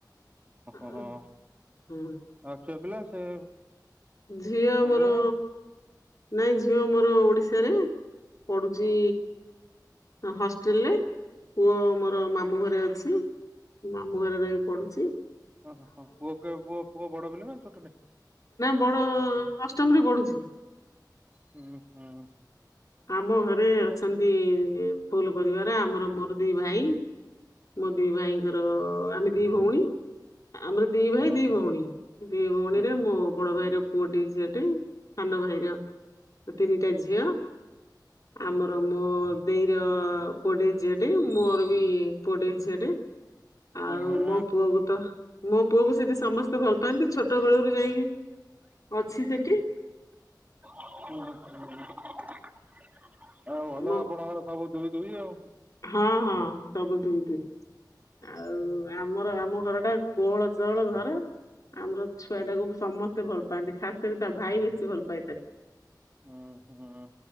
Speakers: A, on the left; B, on the right.
A: ହଁ।
B: ଓହୋ ଆଉ ଛୁଆ ପିଲା ସେ
A: ଝିଅ
B: ଆନ୍ଧ୍ରରେ
A: ମୋର
B: ନା
A: ନାଇଁ ଝିଅ ମୋର ଓଡ଼ିଶାରେ ପଢ଼ୁଛି। ହଷ୍ଟେଲରେ ପୁଅ ମୋର ମାମୁଁ ଘରେ ଅଛି। ମାମୁଁ ଘରେ ରହକି ପଢ଼ୁଛି।
B: ଓହୋ ପୁଅ ପୁଅ ବଡ଼ ପିଲାନା ଛୋଟଟା?
A: ପୁଅ ଅଷ୍ଟମରେ ପଢ଼ୁଛି।
B: ହୁଁ ହୁଁ
A: ଆମ ଘରେ ଅଛନ୍ତି ଫୁଲ୍ ପରିବାର ଆମର ମୋର ଦି ଭାଇ। ମୋ ଦି ଭାଇଙ୍କର ଆମେ ଦି ଭଉଣୀ ଆମ ଦି ଭାଇ
B: ଓହୋ
A: ଦି ଭଉଣୀ ଦି ଭଉଣୀରେ
B: ହୁଁ
A: ମୋ ବଡ଼ ଭାଇର ପୁଅଟେ ଝିଅଟେ ସାନ ଭାଇର ତିନିଟା ଝିଅ। ଆମର ମୋ ଦିର ପୁଅଟେ ଝୀ ମୋର ବି ପୁଏଟେ ଝିଅଟେ ଆଉ
B: ହୁଁ
A: ମୋ ପୁଅକୁ ତ ମୋ ପୁଅକୁ ସେଠି ସମସ୍ତେ ଭଲ ପାଆନ୍ତି ଛୋଟ ବଳରୁ ଯାଇକି ଅଛି ସେଠି।
B: ଆଉ ଭଲ ଆପଣଙ୍କର
A: ମୁଁ
B: ସବୁ ଦୁଇ ଦୁଇ ଆଉ।
A: ହଁ ହଁ ସବୁ ଦୁଇ ଦୁଇ ଆଉ ଆମର ଆମ ଘରଟା କୋଳ ଚହଳ ଘର ଆମର ଛୁଆଟାକୁ ସମସ୍ତେ ଭଲ ପାଆନ୍ତି ଖାସ୍ କରି ତା ଭାଇ ବେଶୀ ଭଲ ପାଏ ତାକୁ।
B: ହୁଁ ହୁଁ।